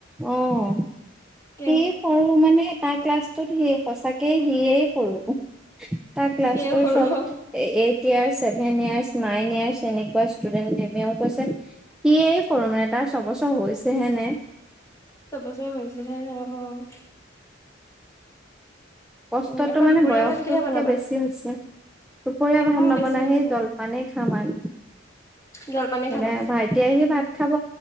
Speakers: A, in the centre; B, on the left.
A: অ'।
B: কে
A: সেই সৰু মানে তাৰ ক্লাছটোত সি সঁচাকেই সিয়েই সৰু। তাৰ ক্লাছটোৰ
B: সিয়ে সৰু
A: ছব এ এই টিয়াৰ্চ, ছেভেন ইয়াৰ্চ, নাইন ইয়াৰ্চ, এনেকুৱা ষ্টুডেণ্ট। মেমেও কৈছে সিয়েই সৰু মানে টা ছবছৰ হৈছেহে নে
B: চবছৰ হৈছে হে। অ'।
A: কষ্টতটো
B: উম আকৌ
A: মানে
B: দুপৰীয়া
A: বয়সটোতকে
B: ভাত কিহে বনাবা
A: বেছি হৈছে। দুপৰীয়া ভাত
B: উম
A: নবনাই,
B: বেছি হৈছে
A: সেই জলপানেই
B: অ
A: খাম আৰ।
B: জলপানে
A: মানে
B: খাবা
A: ভাইটি আহি
B: উম
A: ভাত খাব।